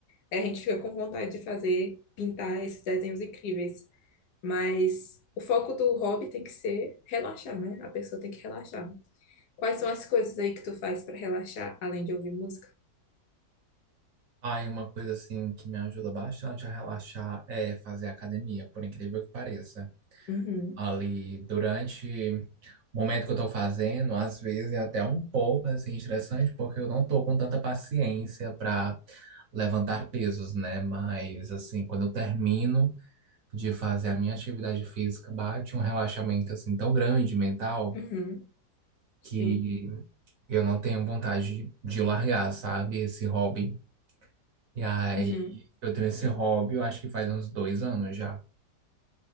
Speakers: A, on the left; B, on the right.
A: é, a gente fica com vontade de fazer, pintar esses desenhos incríveis. Mas o foco do hobby tem que ser relaxar, né? A pessoa tem que relaxar. Quais são as coisas aí que tu faz para relaxar, além de ouvir música?
B: Ah, e uma coisa, assim, que me ajuda bastante a relaxar é fazer academia, por incrível que pareça.
A: Uhum,
B: Ali, durante O momento que eu tô fazendo, às vezes, é até um pouco assim, estressante, porque eu não tô com tanta paciência para levantar pesos, né? Mas assim, quando eu termino de fazer a minha atividade física, bate um relaxamento assim tão grande mental
A: uhum, sim.
B: que eu não tenho vontade de largar, sabe, esse hobby. E aí,
A: uhum.
B: eu tenho esse hobby, eu acho que faz uns dois anos já.